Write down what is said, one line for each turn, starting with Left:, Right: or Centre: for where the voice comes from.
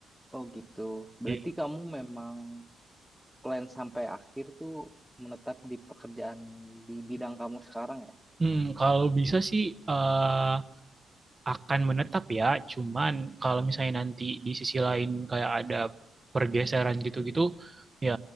Centre: Oh gitu. Berarti
Right: Iya.
Centre: kamu memang plan sampai akhir tuh menetap di pekerjaan di bidang kamu sekarang ya?
Right: Hmm, kalau bisa sih eh, akan menetap ya, cuman kalau misalnya nanti di sisi lain kayak ada pergeseran gitu-gitu, ya